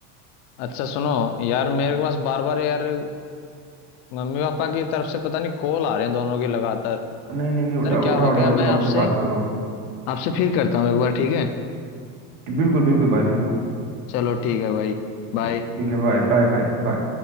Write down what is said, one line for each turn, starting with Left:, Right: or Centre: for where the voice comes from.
Left: अच्छा सुनो यार मेरे पास बार बार यार मम्मी पापा की तरफ से पता नहीं कॉल आ रहे हैं दोनों की लगातार
Right: नहीं
Left: पता
Right: नहीं नहीं उठाओ
Left: नहीं क्या
Right: उठाओ
Left: हो गया
Right: उठाओ भाई
Left: मैं
Right: मैं पापा
Left: आपसे
Right: से बात करो
Left: आपसे फिर करता हूँ एक बार ठीक है
Right: बिल्कुल बिल्कुल भाई बिल्कुल
Left: चलो ठीक है भाई बाय
Right: ठीक ठीक है बाय बाय बाय बाय